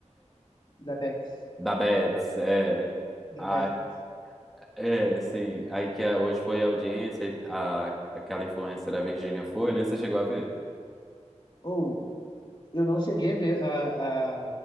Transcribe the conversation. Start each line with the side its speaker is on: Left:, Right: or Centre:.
Left: Da Bets.
Centre: Da Bets, é...
Left: Da
Centre: Ai,
Left: Bets.
Centre: é, sim. Aí que a- hoje foi a audiência, e a, aquela influencer, a Virgínia, foi, né? Você chegou a ver?
Left: Ou, eu não cheguei a ver a, a-